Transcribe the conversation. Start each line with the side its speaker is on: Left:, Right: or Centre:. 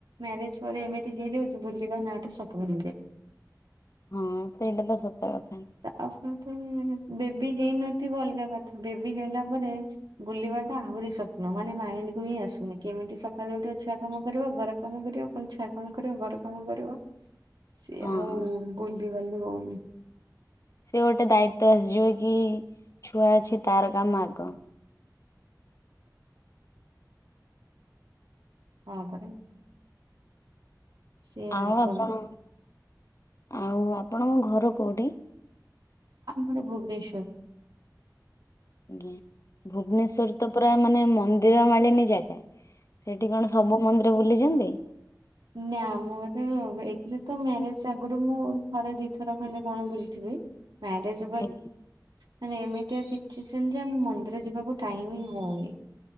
Right: ମ୍ୟାରେଜ ପରେ ଏମିତି ହେଇଯାଉଛି ବୁଲବା ନାଁ ଟେ ସଫ ହେଇଯାଏ।
Left: ହଁ ସେଇଟା ତ ସତ କଥା।
Right: ତା ଆପଣ ତ ବେବି ହେଇନଥିବ ଅଲଗା କଥା ବେବି ହେଲା ପରେ ବୁଲିବାଟା ଆହୁରି ସପ୍ନ ମାନେ ମାଇଣ୍ଡ କୁ ହିଁ ଆସୁନି କେମିତି ସ କାଲି ଗୋଟେ ଛୁଆ କାମ କରିବ ଘର କାମ କରିବ ପୁଣି ଛୁଆ କାମ କରିବ ଘର କାମ କରିବ। ସିଏ
Left: ହଁ
Right: ଆଉ ବୁଲିିବାଲି ହଉନି।
Left: ସେ ଗୋଟେ ଦାୟିତ୍ୟ ଆସିଯିବ କି ଛୁଆ ଅଛି ତାର କାମ ଆଗ।
Right: ହଁ। ସିଏ
Left: ଆଉ
Right: ଆଗ
Left: ଆପଣ ଆଉ ଆପଣଙ୍କ ଘର କୋଉଠି।
Right: ଆମର ଭୁବନେଶ୍ଵର।
Left: ଆଜ୍ଞା ଭୁବନେଶ୍ଵର ତ ପୁରା ମାନେ ମନ୍ଦିର ମାଳିନୀ ଜାଗା ସେଠି କଣ ସବୁ ମନ୍ଦିର ବୁଲିଛନ୍ତି?
Right: ନା ମୋର ଏଥିରେ ତ ମ୍ୟାରେଜ୍ ଆଗରୁ ମୁଁ ଥରେ ଦିଥର କହିଲେ କଣ ବୁଲିଥିବି। ମ୍ୟାରେଜ୍।
Left: ଆଜ୍ଞା
Right: ମାନେ ଏମିତିଆ ସିଚୁଏସନ ଯେ ଆମେ ମନ୍ଦିର ଯିବାକୁ ଟାଇମ୍ ହଉନି।